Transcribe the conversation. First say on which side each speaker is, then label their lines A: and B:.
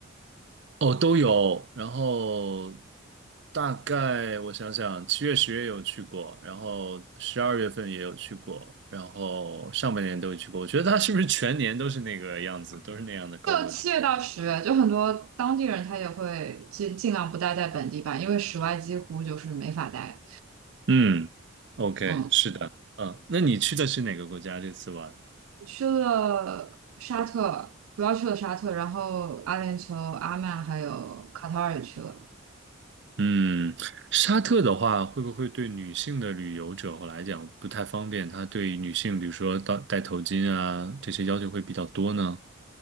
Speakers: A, on the right; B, on the right.
A: 哦，都有。然后大概我想想，七月、十月有去过，然后十二月份也有去过，然后上半年都有去过。我觉得它是不是全年都是那个样子，都是那样的高温？
B: 就七月到十月，就很多当地人他也会尽尽量不待在本地吧，因为室外几乎就是没法待。
A: 嗯，OK，
B: 嗯，
A: 是的，嗯，那你去的是哪个国家这次玩？
B: 去了沙特，主要去了沙特，然后阿联酋、阿曼还有卡塔尔也去了。
A: 嗯，沙特的话，会不会对女性的旅游者来讲不太方便？它对女性，比如说到戴头巾啊，这些要求会比较多呢？